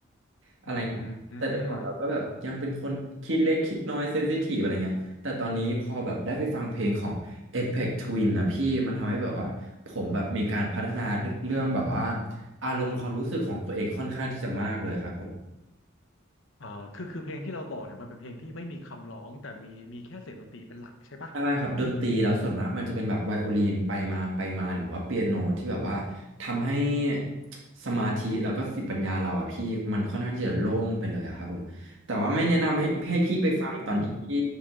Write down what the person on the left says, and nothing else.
อืมอืม
อ่าคือคือเพลงที่เราบอกเนี่ยมันเป็นเพลงที่ไม่มีคำร้องแต่มีมีแค่เสียงดนตรีเป็นหลักใช่ปะ
<clears throat>